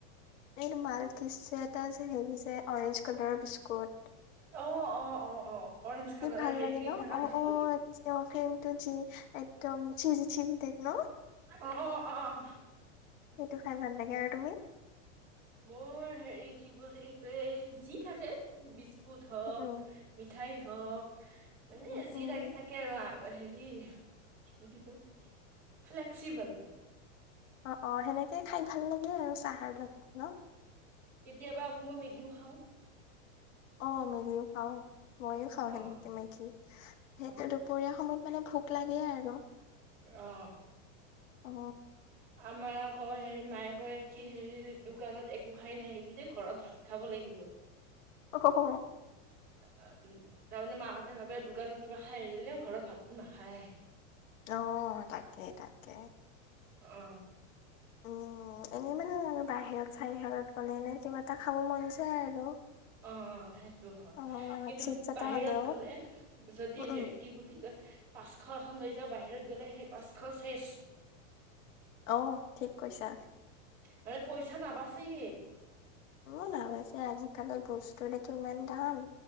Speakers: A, on the left; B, on the right.
A: এইটো মাল কিছে এটা যে হেৰি যে অৰেঞ্জ কালাৰৰ বিস্কুট।
B: অ অ অ অ। অৰেঞ্জ কালাৰ
A: কি ভাল
B: হেৰি
A: লাগে
B: ক্ৰীম
A: ন
B: থকা
A: অ
B: বিস্কুট।
A: অ অ ক্ৰমটো জি একদম চিজি চিজি টাইপ ন?
B: অঁ অঁ অঁ
A: সেইটো খাই ভাল লাগে আৰু তুমি?
B: মোৰ হেৰি কি বুলি ক যি থাকে বিচ কুট হওক
A: উম।
B: মিঠাই হওক মানে
A: উম,
B: যি
A: উম,
B: থাকে থাকে আৰু হেৰি <unintelligible> ফ্লেকসিবল।
A: অ অ সেনেকে খাই ভাল লাগে আৰু চাহৰ লগত। ন
B: কেতিয়াবা আকৌ মই মেগীও খাওঁ।
A: অ মেগিও খাও ময়ো খাওঁ সেনেকে
B: অ'।
A: মেগী। সেইটো
B: অ
A: দুপৰীয়া সময়ত মানে ভোক লাগে আৰু।
B: অ
A: অ'।
B: আমাৰ আকৌ হেৰি মায়ে কয় কি হেৰি দোকানত একো খাই নাহিবি দেই ঘৰত ভাত খাব লাগিব।
A: অ হ হ
B: উম তাৰমানে মাহঁতে ভাবে দোকানত কিবা খাই আহিলেও ঘৰত ভাত নাখায়
A: অ তাকেই তাক কে
B: অ
A: উম, এনেই মানে আৰু বাহিৰত চাহিৰত গলে এনে কিবা এটা খাব মন যায় আৰু।
B: অ সেই টো হয়
A: অ',
B: কিন্তু
A: চিপছ এটা
B: বাহিৰত
A: হ'লেও,
B: গলে যদি
A: উম,
B: হেৰি
A: উম,
B: কি বুলি কয় পাঁচশ এখন লৈ যাওঁ বাহিৰত গ'লে সেই পাঁচশ চেছ
A: অহ ঠিক কৈছা।
B: মানে পইচা নাবাচেই
A: মো নাবাইছে আজিকালি বস্তুৰে কিমান দাম,